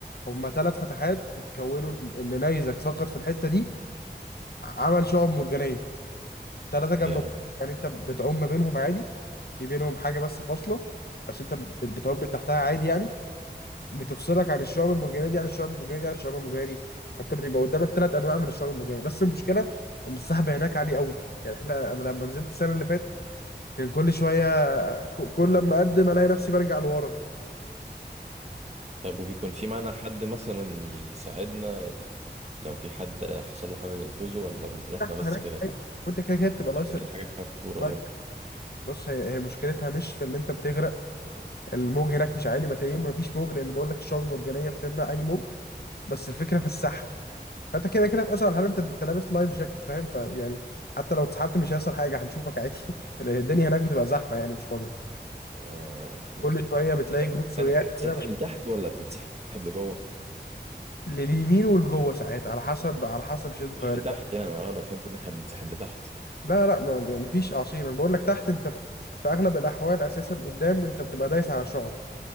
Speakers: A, on the left; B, on the right.
A: هما ثلاث فتحات اتكونوا إن نيزك سقط في الحتة دي عمل شعب مرجانية ثلاثة جنب
B: جامد
A: بعض يعني أنت بتعوم ما بينهم عادي في بينهم حاجة بس فاصلة بس أنت بت- بتعوم من تحتها عادي يعني بتفصلك عن الشعب المرجانيه دي عن الشعب المرجانيه دي عن الشعب المرجانيه دي فانت بتبقى قدامك ثلاث انواع من الشعب المرجانيه بس المشكله ان السحب هناك عالي قوي يعني احنا انا لما نزلت السنه اللي فاتت كان كل شويه ك- كل لما اقدم الاقي نفسي برجع لورا
B: طيب وبيكون في معانا حد مثلا يساعدنا ي... لو في حد حصل له حاجه ينقذه ولا بنكون احنا
A: السحب
B: بس
A: هناك
B: كده
A: عالي.
B: يعني
A: وانت كده كده بتبقى لايس
B: مش عايزين حاجه فيها خطوره
A: لايس
B: برضه
A: بص هي هي مشكلتها مش في اللي انت بتغرق الموج هناك مش عالي ما تقريبا ما فيش موج لان بقول لك الشعب المرجانيه بتمنع اي موج بس الفكره في السحب فانت كده كده في اسهل حاله انت انت لابس لايف جاكيت فاهم فيعني حتى لو اتسحبت مش هيحصل حاجه هنشوفك عادي <laughs> الدنيا هناك بتبقى زحمه يعني مش فاضيه
B: آه، اوكي
A: كل شويه بتلاقي جروب سواق
B: انا بتتسحب
A: كده
B: لتحت ولا بتتسحب لجوه
A: لليمين والجوه ساعات على حسب على حسب شده الطيارة
B: مش لتحت يعني انا أنا فهمت ان احنا بنتسحب لتحت
A: لا لا ما ما- مفيش اعاصير انا بقول لك تحت انت في في اغلب الاحوال اساسا قدام انت بتبقى دايس على شعب